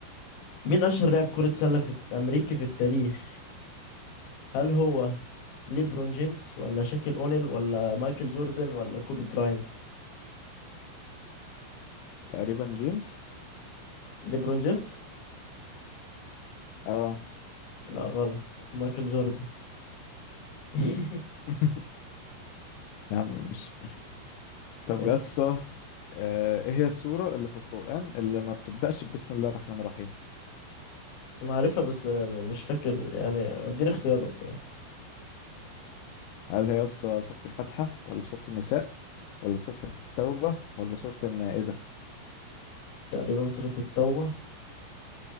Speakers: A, on the left; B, on the left.
A: مين اشهر لاعب كرة سلة في في امريكي في التاريخ هل هو ليبرون جيمس ولا شاكيل اونيل ولا مايكل جوردن ولا كوبي براينت
B: تقريبا جيمس
A: ليبرون جيمس
B: اه
A: لا غلط مايكل جوردن <laughs>
B: <laughs> يا عم مش طب
A: اسم
B: يس آه، ايه هي السورة اللي في القرآن اللي ما بتبدأش بسم الله الرحمن الرحيم
A: أنا عارفها بس م- مش فاكر يعني اديني اختيارات طيب
B: هل هي يس سورة الفاتحة ولا سورة النساء ولا سورة التوبة ولا سورة المائدة
A: تقريبا سورة التوبة